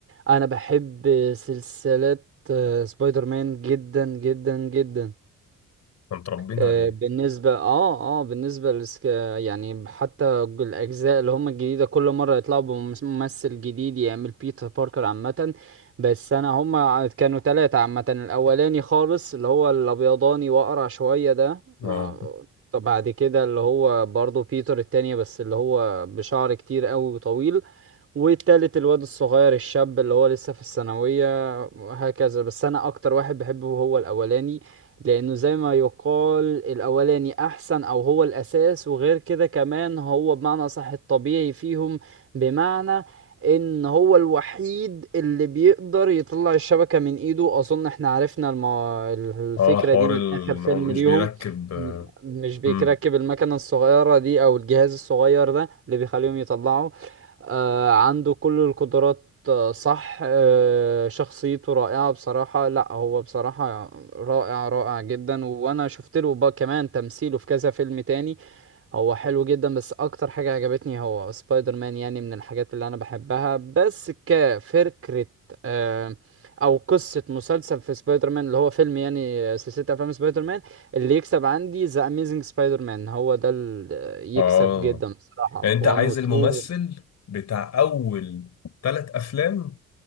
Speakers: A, on the right; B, on the left.
A: انا بحب سلسلة آه، سبايدر مان جدا جدا جدا
B: احنا متربيين
A: آه،
B: عليه
A: بالنسبة اه اه بالنسبة لسك... يعني حتى ج- الاجزاء اللي هم الجديدة كل مرة يطلعوا بممثل جديد يعمل بيتر باركر عامة بس انا هم كانوا ثلاثة عامة الاولاني خالص اللي هو الابيضاني واقرع شوية ده ما-
B: اه
A: طب بعد كده اللي هو برضه بيتر التانية بس اللي هو بشعر كتير قوي وطويل والتالت الواد الصغير الشاب اللي هو لسه في الثانوية وهكذا بس أنا أكتر واحد بحبه هو الأولاني لأنه زي ما يقال الأولاني أحسن أو هو الأساس وغير كده كمان هو بمعنى صح الطبيعي فيهم بمعنى إن هو الوحيد اللي بيقدر يطلع الشبكة من إيده أظن إحنا عرفنا المو... الفكرة
B: اه حوار
A: دي من
B: ال-
A: آخر
B: إن
A: فيلم
B: هو مش
A: ليهم
B: بيركب
A: م- مش بيركب
B: امم
A: المكنة الصغيرة دي أو الجهاز الصغير ده اللي بيخليهم يطلعوا آه، عنده كل القدرات آه، صح آه، شخصيته رائعة بصراحة لا هو بصراحة رائع رائع جدا وانا شفت له بقى كمان تمثيله في كذا فيلم تاني هو حلو جدا بس اكتر حاجة عجبتني هو سبايدر مان يعني من الحاجات اللي انا بحبها بس كفكرة آه، او قصة مسلسل في سبايدر مان اللي هو فيلم يعني آه، سلسلة افلام سبايدر مان اللي يكسب عندي ذا اميزنج سبايدر مان هو ده اللي
B: اه
A: يكسب جدا بصراحة
B: يعني أنت
A: 1
B: عايز
A: و 2
B: الممثل بتاع أول ثلاث أفلام